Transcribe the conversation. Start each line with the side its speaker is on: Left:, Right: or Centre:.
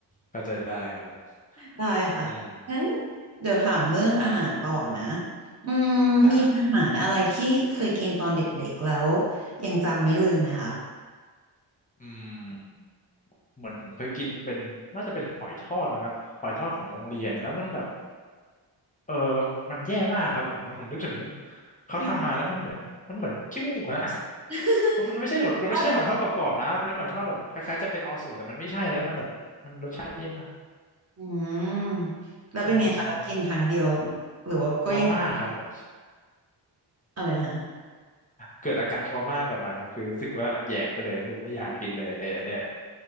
Left: เข้าใจได้ครับผม
Right: ได้ค่ะงั้น
Left: อืม
Right: เดี๋ยวถามเรื่องอาหารต่อนะอืมมีอาหารอะไรที่เคยกินตอนเด็กๆแล้ว
Left: ได้
Right: ยังจำไม่ลืมไหมคะ
Left: อืม เหมือนผมเคยกินเป็นน่าจะเป็นหอยทอดนะครับหอยทอดของโรงเรียนแล้วมันแบบเออมันแย่มากครับผมมันผมนึกถึงเขาทำมาแล้วมันเหมือนมันเหมือนขี้มูกอะ
Right: จริง
Left: <laughs>
Right: <laughs>
Left: เพราะมันไม่ใช่หอยมันไม่ใช่หอยทอดกรอบๆนะมันเป็นหอยทอดแบบคล้ายๆจะเป็นออส่วนแต่มันไม่ใช่แล้วมันแบบมันรสชาติแย่มาก
Right: ก็อืมแล้วเป็นไงคะ
Left: อืม
Right: เรากินครั้งเดียวหรือว่าก็ยังกิน
Left: ทรมาครับผม
Right: อะไรนะคะ
Left: เกิดอาการทรมากับมันครับคือรู้สึกว่าแหยงไปเลยรู้สึกไม่อยากกินเลยไอ้อันเนี้ย